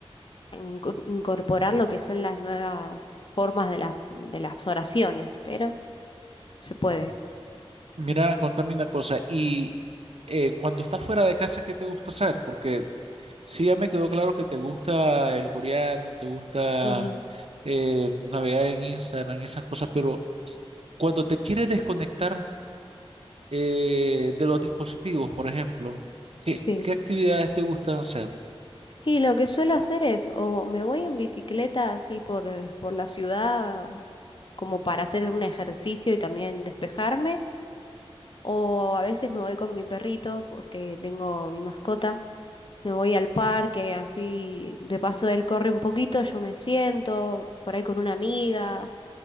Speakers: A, on the left (about 55°); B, on the right (about 80°).
A: en- incorporar lo que son las nuevas formas de las, de las oraciones, pero se puede.
B: mira, contame una cosa. Y eh, cuando estás fuera de casa, ¿qué te gusta hacer? Porque sí ya me quedó claro que te gusta el coreano, te gusta
A: Ujú,
B: eh, navegar en Instagram, esas cosas, pero cuando te quieres desconectar eh, de los dispositivos, por ejemplo, ¿qué,
A: Sí.
B: qué actividades te gustan hacer?
A: Y lo que suelo hacer es, o me voy en bicicleta así por, eh, por la ciudad como para hacer un ejercicio y también despejarme. O a veces me voy con mi perrito porque tengo mi mascota. Me voy al parque, así de paso él corre un poquito, yo me siento por ahí con una amiga